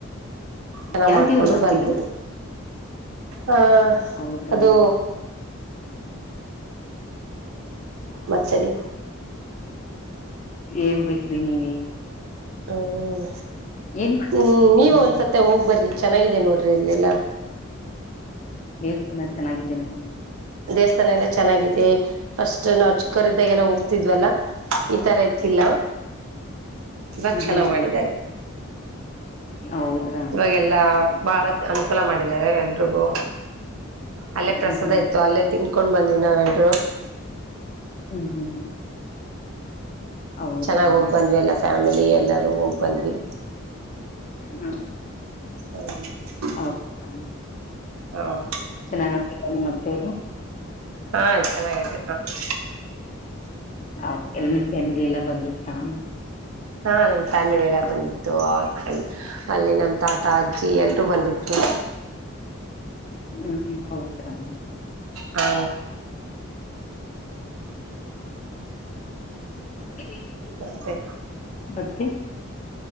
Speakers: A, on the right; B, on the left.
A: ಎಲ್ಲಾ
B: ಯಾವ
A: ಮಾಡ್ಕೊಂಡು
B: ದೇವ್ರಗ್ ಹಾಕಿದ್ರು
A: ಬಂದವಿ ಆ
B: ಹೌದ್ರಾ
A: ಅದು ಮತ್ ರೀ
B: ಏನ್ ಬೇಕ್ರಿ ನೀಮಗೆ
A: ಹಂ
B: ಏನ್ ಮಾಡ್ತೀರಿ
A: ಹುಂ ನೀವ ಒಂದ್ಸತ್ತ
B: ಅವತ್ತು
A: ಹೋಗ್ ಬರ್ರಿ ಚೆನ್ನಾಗಿದೆ ನೋಡ್ರಿ ಇಲ್ಲೆಲ್ಲಾ.
B: ದೇವಸ್ಥಾನ ಚೆನ್ನಾಗಿದ್ದೆ ನಾನು
A: ದೇವಸ್ಥಾನ ಎಲ್ಲಾ ಚೆನ್ನಾಗಿದೆ ಫಸ್ಟ್ ನಾವು ಚಿಕ್ಕವರಿದ್ದಾಗ ಎಲ್ಲಾ ಹೋಗ್ತಿದ್ವಲ್ಲಾ ಈ ತರ ಇ ಇಲ್ಲ
B: ಹ್ಮ್
A: ಇವಾಗ ಚನಾಗ್
B: ಹ್ಮ್ ಹ್ಮ್
A: ಮಾಡಿದ್ದಾರೆ
B: ಹ್ಮ್ ಹೌದ್ರಾ
A: ಇವಾಗ್ ಎಲ್ಲಾ ಬಹಳ ಅನುಕೂಲ ಮಾಡಿದ್ದಾರೆ ಎಲ್ರಿಗೂ ಅಲ್ಲೇ
B: ಹ್ಮ್
A: ಪ್ರಸಾದ
B: ಹ್ಮ್
A: ಇತ್ತು ಅಲ್ಲೇ ತಿನ್ಕೊಂಡು ಬಂದ್ವಿ ನಾವೆಲ್ರರು
B: ಹ್ಮ್ ಹ್ಮ್ ಹೌದಾ
A: ಚೆನ್ನಾಗಿ
B: ಹ್ಮ್
A: ಹೋಗಿ ಬಂದ್ವಿ ಎಲ್ಲ ಫ್ಯಾಮಿಲಿ ಎಲ್ಲರೂ ಹೋಗಿ ಬಂದ್ವಿ
B: ಹಾ
A: ಹ್ಮ <inaudible>
B: ಹೌ ದ
A: ಹೌ
B: ಚೆನ್ನಾಗ ಆಗ್ತ ನಿಮ್ ಅತ್ತೆವರು
A: ಹಾ ಚೆನ್ನಾಗತಿ
B: ಹ ಎಲ್ಲ ನಿಮ್ ಫ್ಯಾಮಿಲಿ ಎಲ್ಲಾ ಬಂದಿತಾ
A: ಹಾ ನಮ್ ಫ್ಯಾಮಿಲಿ ಎಲ್ಲ ಬಂದಿತ್ತು ಅವ್ರ ಫ್ಯಾ ಅಲ್ಲಿ ನಮ್ಮ ತಾತ ಅಜ್ಜಿ ಎಲ್ರೂ ಬಂದಿದ್ರು
B: ಹಾ ಹೌದ್ರಾ
A: ಹಾ
B: <inaudible>
A: ಮತ್ತೆ
B: ಮತ್ತಿ